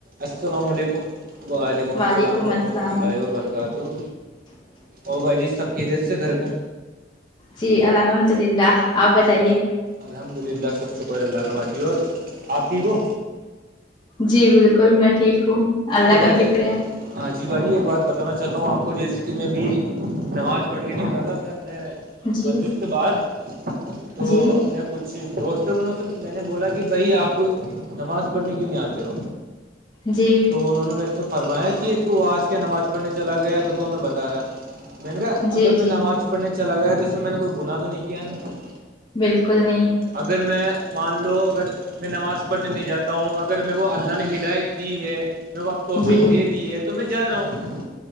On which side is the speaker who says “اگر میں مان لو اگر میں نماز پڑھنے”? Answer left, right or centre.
Right